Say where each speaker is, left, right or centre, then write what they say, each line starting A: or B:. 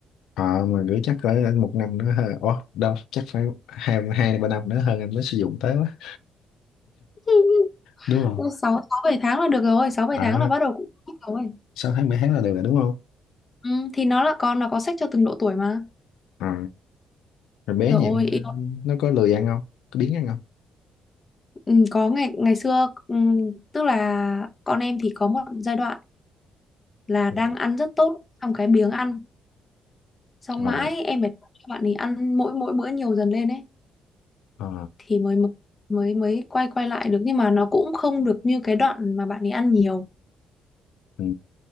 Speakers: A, on the left (about 85°); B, on the left (about 25°).
A: Ờ mà gửi chắc cỡ một năm nữa hơn Ủa đâu chắc phải hai hai ba năm nữa hơn anh mới sử dụng tới quá
B: <laughs>
A: đúng không
B: sáu sáu bảy tháng là được rồi sáu bảy
A: ờ
B: tháng là bắt đầu cũng thích rồi
A: sáu tháng bảy tháng là được rồi đúng không
B: ừ, thì nó là con nó có sách cho từng độ tuổi mà
A: ờ rồi bé
B: rồi
A: nhà em
B: yêu
A: nó có lười ăn không có biếng ăn không
B: Ừ, có ngày ngày xưa ừm, tức là con em thì có một giai đoạn là
A: Ừ.
B: đang ăn rất tốt xong cái biếng ăn xong
A: ờ
B: mãi em phải cho bạn ấy ăn mỗi mỗi bữa nhiều dần lên ấy
A: ờ
B: thì mới mới mới mới quay quay lại được nhưng mà nó cũng không được như cái đoạn mà bạn ấy ăn nhiều
A: ừ.